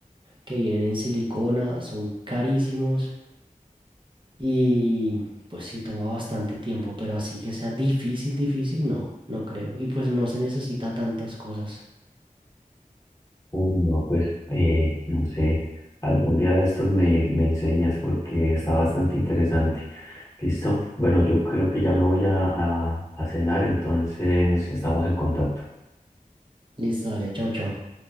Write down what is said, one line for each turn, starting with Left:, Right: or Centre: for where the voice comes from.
Right: que vienen en silicona, son carísimos y pues sí toma bastante tiempo, pero así que sea difícil, difícil, no, no creo. Y pues no se necesita tantas cosas.
Left: Uy, no, pues eh, no sé, algún día de estos me, me enseñas porque está bastante interesante. ¿Listo? Bueno, yo creo que ya me voy a, a a cenar, entonces estamos en contacto.
Right: Listo, dale, chao, chao.